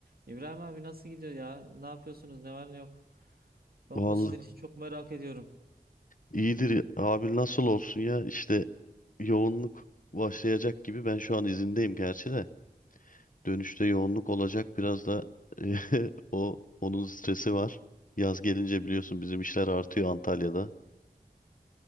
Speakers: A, on the right (about 70°); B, on the left (about 55°).
A: İbrahim abi nasıl gidiyor ya? Ne yapıyorsunuz? Ne var ne yok? Ben
B: Vallahi
A: bu sizin işi çok merak ediyorum.
B: iyidir abi nasıl olsun ya işte yoğunluk başlayacak gibi ben şu an izindeyim gerçi de dönüşte yoğunluk olacak biraz da <laughs> o onun stresi var. Yaz gelince biliyorsun bizim işler artıyor Antalya'da.